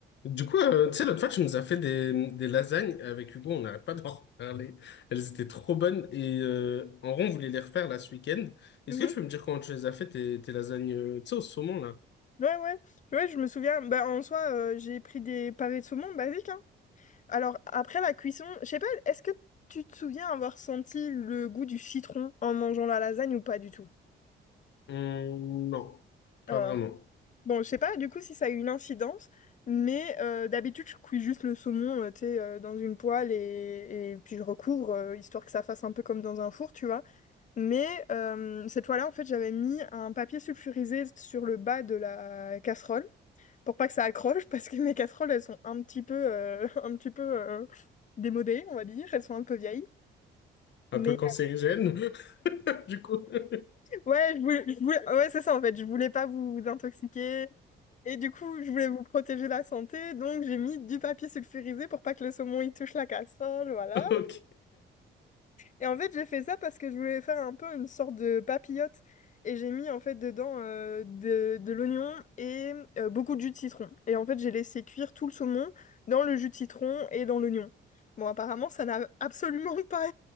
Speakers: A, on the left; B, on the left.
A: Du coup, euh, tu sais, l'autre fois, tu nous as fait des, des lasagnes avec Hugo, on n'arrête pas d'en <laughs> reparler. Elles étaient trop bonnes et euh, en rond, on voulait les refaire là ce week-end. Est-ce
B: Mhm.
A: que tu peux me dire comment tu les as fait, tes, tes lasagnes, euh, tu sais, au saumon là?
B: Ouais, ouais. Ouais, je me souviens. Bah, en soi, euh, j'ai pris des pavés de saumon basiques, hein. Alors, après la cuisson, je sais pas, est-ce que tu te souviens avoir senti le goût du citron en mangeant la lasagne ou pas du tout?
A: Hum, non, pas
B: Euh,
A: vraiment.
B: bon, je sais pas du coup si ça a eu une incidence, mais euh, d'habitude, je cuis juste le saumon, euh, tu sais, euh, dans une poêle et, et puis je recouvre, euh, histoire que ça fasse un peu comme dans un four, tu vois. Mais euh, cette fois-là, en fait, j'avais mis un papier sulfurisé sur le bas de la casserole. pour pas que ça accroche, parce que mes casseroles, elles sont un petit peu, euh, <laughs> un petit peu euh, démodées, on va dire. Elles sont un peu vieilles. Mais
A: Un peu cancérigène, <laughs> du coup. <laughs>
B: ouais, je voulais- je voulais- ouais, c'est ça en fait. Je voulais pas vous intoxiquer. Et du coup, je voulais vous protéger la santé. Donc, j'ai mis du papier sulfurisé pour pas que le saumon y touche la casserole. Voilà.
A: Ok.
B: Et en fait, j'ai fait ça parce que je voulais faire un peu une sorte de papillote. Et j'ai mis en fait dedans euh, de, de l'oignon et euh, beaucoup de jus de citron. Et en fait, j'ai laissé cuire tout le saumon dans le jus de citron et dans l'oignon. Bon, apparemment, ça n'a absolument <laughs> pas